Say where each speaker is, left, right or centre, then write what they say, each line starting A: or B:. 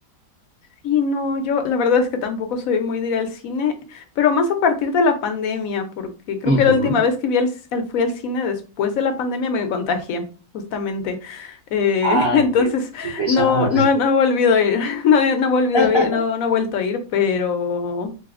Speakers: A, on the left; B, on the right.
A: Y no, yo la verdad es que tampoco soy muy de ir al cine, pero más a partir de la pandemia, porque creo
B: Ujú.
A: que la última vez que vi al c- al- fui al cine después de la pandemia me contagié, justamente. Eh,
B: Ay,
A: <laughs> entonces,
B: qué, qué pesar.
A: no, no, no he volvido a ir, <laughs> no, he- no he volvido
B: <laughs>
A: a ir, no, no he vuelto a ir, pero